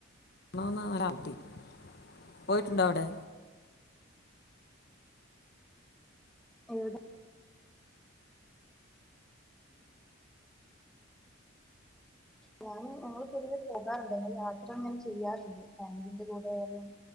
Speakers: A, on the left; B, in the centre.
A: <unintelligible> പോയിട്ടുണ്ടോ അവിടെ
B: എവിടെ ഞാന് ഞങ്ങള് പൊതുവെ പോകാറുണ്ട് ഞങ്ങള് യാത്ര അങ്ങനെ ചെയ്യാറുണ്ട് ഫാമിലിന്റെ കൂടെ ആയാലും